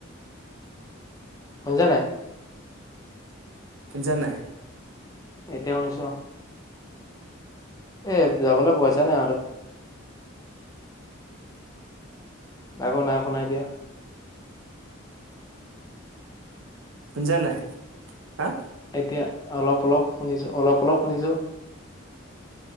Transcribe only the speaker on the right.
শুনিছা নাই?
শুনিছা নাই, হা।